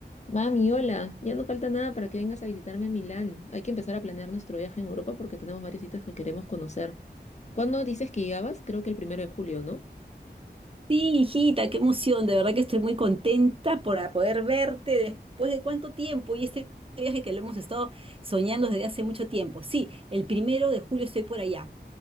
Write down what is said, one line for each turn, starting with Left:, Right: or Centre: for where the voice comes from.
Left: Mami, hola, ya no falta nada para que vengas a visitarme a Milán. Hay que empezar a planear nuestro viaje en Europa porque tenemos varios sitios que queremos conocer. ¿Cuándo dices que llegabas? Creo que el primero de julio, ¿no?
Right: Sí, hijita, qué emoción. De verdad que estoy muy contenta por a- poder verte después de cuánto tiempo y este viaje que lo hemos estado soñando desde hace mucho tiempo. Sí, el primero de julio estoy por allá,